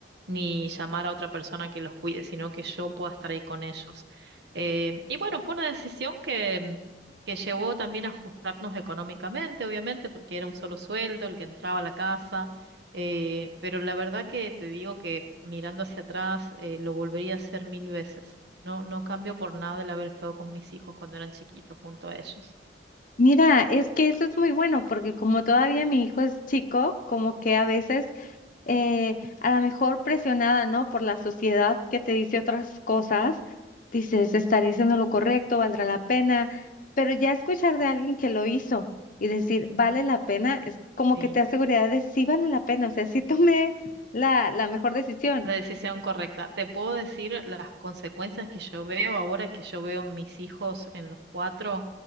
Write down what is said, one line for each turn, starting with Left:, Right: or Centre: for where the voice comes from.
Right: ni llamar a otra persona que los cuide, sino que yo pueda estar ahí con ellos. Eh, y bueno, fue una decisión que, mm, que llevó también a ajustarnos económicamente, obviamente, porque era un solo sueldo el que entraba a la casa. eh, pero la verdad que te digo que mirando hacia atrás eh, lo volvería a hacer mil veces. No, no cambio por nada el haber estado con mis hijos cuando eran chiquitos junto a ellos.
Left: Mira, es que eso es muy bueno porque como todavía mi hijo es chico, como que a veces eh, a lo mejor presionada, ¿no? Por la sociedad que te dice otras cosas, dices, estaré haciendo
Right: Mm,
Left: lo correcto, valdrá la pena, pero ya escuchar de alguien que lo hizo y decir, vale la pena, es como
Right: Sí.
Left: que te da seguridad de sí vale la pena, o sea, sí tomé la, la mejor decisión.
Right: La decisión correcta. Te puedo decir las consecuencias que yo veo ahora que yo veo mis hijos en los cuatro.